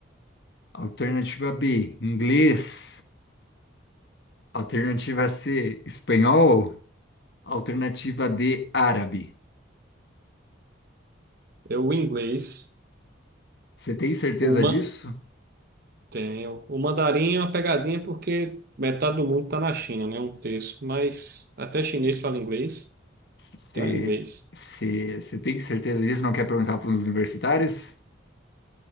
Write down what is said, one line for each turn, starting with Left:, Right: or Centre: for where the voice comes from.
Left: Alternativa B, inglês. Alternativa C, espanhol. Alternativa D, árabe.
Right: é o inglês,
Left: Você tem certeza
Right: o, man,
Left: disso?
Right: tem, o o mandarim é uma pegadinha porque metade do mundo está na China, né? Um terço, mas até chinês fala inglês,
Left: Você
Right: então é inglês.
Left: você- você tem certeza disso? Não quer perguntar para os universitários?